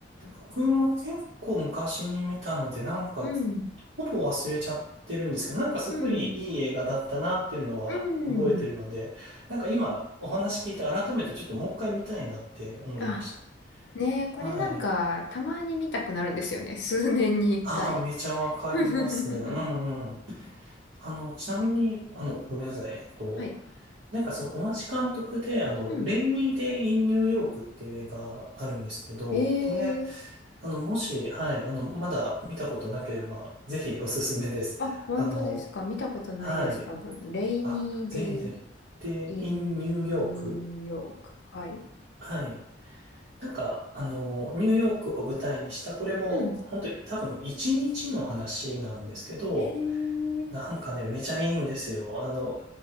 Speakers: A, on the right; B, on the left.
A: 僕も結構昔に見たので、なんか、
B: うん、
A: ほぼ忘れちゃってるんですけど、なんかすごいいい映画だったなっていうのは覚えてるので、
B: うん、うん。
A: なんか今お話聞いて改めてちょっともう一回見たいなって思いました。
B: あ、ねえ、これなんかたまに見たくなるんですよね。
A: はい。
B: 数年に一回。
A: ああ、めちゃわかります。
B: <laughs>
A: うんうん。あの、ちなみに、あの、ごめんなさい。えっと、
B: はい。
A: なんかその同じ監督で、あの、
B: うん。
A: レイニーデイ・イン・ニューヨークっていう映画あるんですけど、
B: ええ
A: これ、あの、もし、はい、あの、まだ見たことなければ、ぜひおすすめです。
B: あ、本当ですか。
A: あの、
B: 見たことないです、
A: はい。
B: 多分。レイニーデイ・
A: あ、ぜひぜひ。で、
B: イン・
A: イン・ニューヨーク
B: ニューヨーク。はい。
A: はい。なんか、あの、ニューヨークを舞台にした、これも、
B: うん。
A: 本当に多分一日の話なんですけど、
B: えー、
A: なんかね、めちゃいいんですよ。あの、